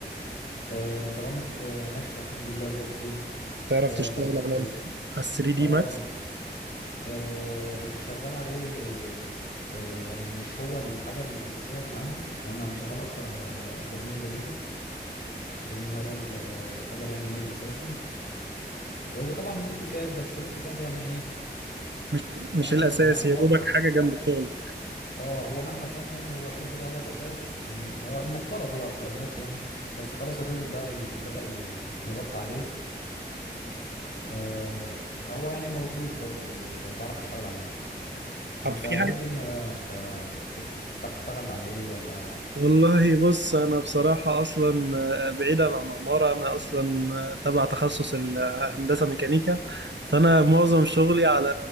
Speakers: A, on the left; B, on the right.
A: آه، البرامج آه، ماشيه الحمد لله زي الفل
B: تعرف
A: ب-
B: تشتغل
A: باخد
B: على ال 3 دي
A: اه
B: ماكس؟
A: آه، شغال عليه آه، يعني مش هو الحاجه الاساسيه اللي عندي انا شغال اكتر على برنامج الريفت لان هو ده اللي يعتبر يعني ايه الاساسي وطبعا الاوتوكاد بس الاوتوكاد يعني ايه
B: مش مش
A: يعني
B: الأساسي
A: ما
B: يا دوبك حاجة
A: هو
B: جنب شغلك
A: اه هو مهما كان يعني هو كده كده هو الاساس يعني هو المفترض هو الاساس يعني بس خلاص الريفت بقى ي- بدأ ي- يغطي عليه آه فهو يعني موجود برضو ب- بعرف اشتغل عليه
B: طب
A: انت
B: في
A: ايه الدنيا بقى انت بت بت- بتعرف تشتغل على ايه ولا
B: والله بص انا بصراحه اصلا بعيدا عن عماره انا اصلا تبع تخصص الهندسه ميكانيكا فانا معظم شغلي على